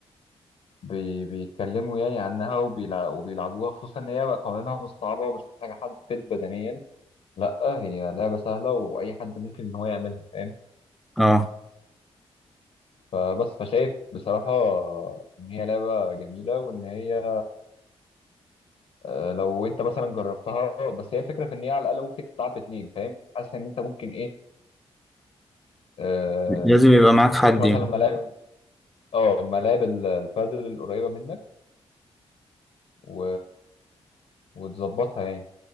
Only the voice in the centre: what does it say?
اه
لازم يبقى معاك
حد
يعني